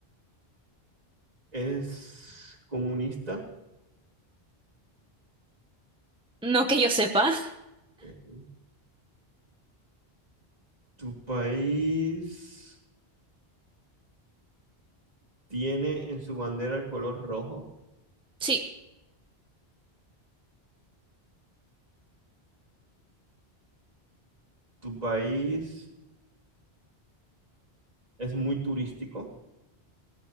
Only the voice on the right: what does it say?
es comunista.
Ok. Tu país tiene en su bandera el color rojo.
Tu país es muy turístico,